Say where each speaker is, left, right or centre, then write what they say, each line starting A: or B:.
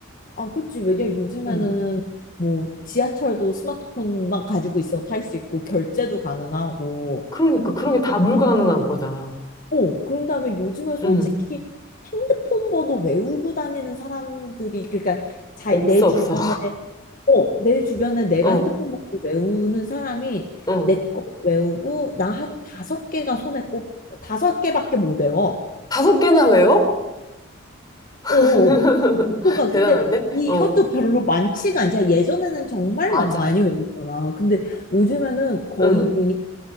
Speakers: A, on the left (about 40°); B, on the left (about 20°).
A: 아, 그치. 왜냐면 요즘에는
B: 응.
A: 뭐 지하철도 스마트폰만 가지고 있어 탈 수 있고 결제도 가능하고
B: 그러니까 그런 게 다 불가능한 거잖아.
A: 어, 그런 다음에 요즘은 솔직히
B: 음.
A: 핸드폰 번호 외우고 다니는 사람들이 그러니까 자,
B: 없어,
A: 내 주변에
B: 없어.
A: 어, 내 주변에 내가
B: <laughs> 어,
A: 핸드폰 번호 외우는 사람이
B: 어.
A: 내 거 외우고 나 한 다섯 개가 손에 꼽 다섯 개밖에 못 외워.
B: 다섯 개나 외워?
A: 어.
B: <laughs>
A: 어, 어. 그러니까
B: 대단한데?
A: 근데 이것도
B: 어,
A: 별로 많지가 않지. 예전에는 정말
B: 맞아.
A: 막 많이 외웠잖아. 근데 요즘에는 거의
B: 응,
A: 보니